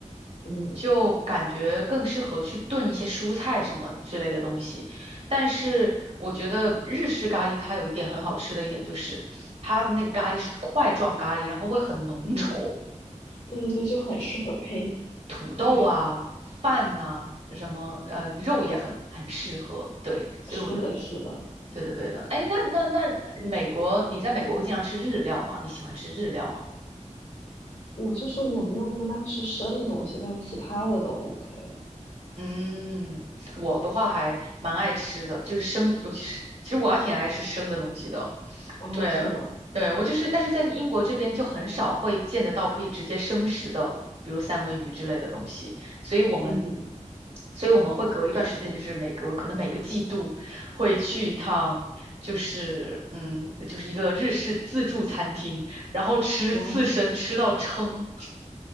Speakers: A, on the left (about 80°); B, on the right (about 60°).
A: 嗯
B: 就感觉更适合去炖一些蔬菜什么之类的东西。但是我觉得日式咖喱它有一点很好吃的一点就是，它的那个咖喱是块状咖喱，然后会很浓稠，
A: 嗯，对对对，就很适合配
B: 土豆啊、
A: 饭。
B: 饭呐、什么呃肉也很很适合。对，所以我就
A: 是的，是的。
B: 对的对的。哎，那那那美国，你在美国会经常吃日料吗？你喜欢吃日料吗？
A: 我就是我没有那么爱吃生的东西，但其他的都 OK
B: 嗯，我的话还蛮爱吃的，就是生，尤其是其实我还挺爱吃生的东西的。
A: 啊，
B: 对，
A: 是吗？
B: 对，我就是，但是在英国这边就很少会见得到可以直接生食的，比如三文鱼之类的东西，所以我们，
A: 嗯，
B: 所以我们会隔一段时间，就是每隔可能每个季度会去一趟，就是嗯，就是一个日式自助餐厅，然后吃刺身吃到撑，
A: 哇，